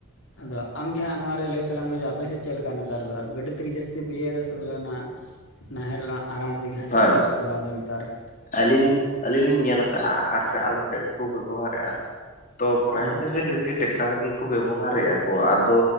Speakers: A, on the left; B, on the left.
A: ᱟᱫᱚ ᱟᱢᱜᱮ ᱦᱟᱸᱜ ᱱᱚᱣᱟᱣ ᱨᱮ ᱞᱟᱹᱭ ᱛᱟᱞᱟᱝ ᱢᱮ ᱟᱯᱮᱥᱮᱫ ᱪᱮᱫ ᱞᱮᱠᱟ ᱱᱮᱛᱟᱨ ᱫᱚ ᱜᱟᱹᱰᱤ ᱛᱮᱜᱮ ᱡᱟᱹᱥᱛᱤ ᱠᱚ ᱤᱭᱟᱹᱭᱮᱫᱟ ᱥᱮ ᱵᱚᱞᱮ ᱚᱱᱟ ᱱᱟᱦᱮᱞ ᱟᱨᱟᱝ ᱛᱮᱜᱮ ᱦᱟᱸᱜ
B: ᱦᱳᱭ
A: ᱡᱟᱹᱥᱛᱤ ᱫᱚᱠᱚ ᱪᱟᱞᱟᱣᱮᱫᱟ ᱱᱮᱛᱟᱨ
B: ᱟᱹᱞᱤᱧ ᱞᱤᱧ ᱟᱹᱞᱤᱧ ᱞᱤᱧ ᱧᱮᱞ ᱟᱠᱟᱟᱜᱼᱟ ᱟᱨ ᱥᱮ ᱟᱞᱮ ᱥᱮᱫᱠᱚ ᱵᱮᱵᱚᱦᱟᱨᱮᱫᱼᱟ ᱛᱚ ᱯᱨᱚᱨᱟᱭ
A: ᱦᱮᱸ
B: ᱞᱮᱠᱟᱜᱮ ᱰᱷᱮᱨ ᱜᱮ ᱴᱮᱠᱴᱟᱨᱜᱤ ᱠᱚ ᱵᱮᱵᱚᱦᱟᱨᱮᱫᱼᱟ ᱠᱚ ᱟᱫᱚ